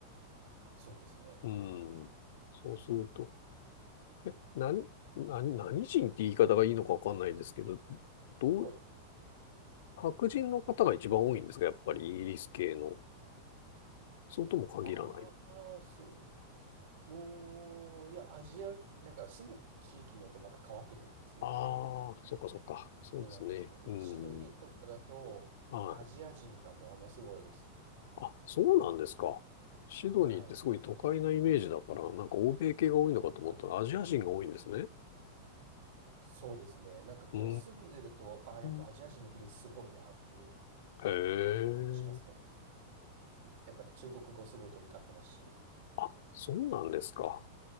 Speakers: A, on the right; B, on the left.
A: そうですね。
B: うん。そうすると、え、何、何、何人って言い方がいいのかわかんないですけど、どう、
A: はい。
B: 白人の方が一番多いんですかやっぱりイギリス系の。そうとも限らない。
A: ああ、そう。もう、いや、アジア、なんか住む地域によってまた変わってくるんですね。
B: ああ、そっかそっか。そうですね。
A: そうなんです。例えば、
B: うん。
A: シドニーとかだと、
B: はい。
A: アジア人がものすごいです。
B: あ、そうなんですか。シドニーってすごい都会なイメージだから、
A: はい。
B: なんか欧米系が多いのかと思ったらアジア人が多いんですね。
A: はい。そうですね。なんかこう住んでると、
B: うー
A: ああ、やっぱアジア人の比率すごいなっていう
B: ん。へえ。
A: 感じがしますね。やっぱり中国語すごい飛び交ってますし、
B: あ、そうなんですか。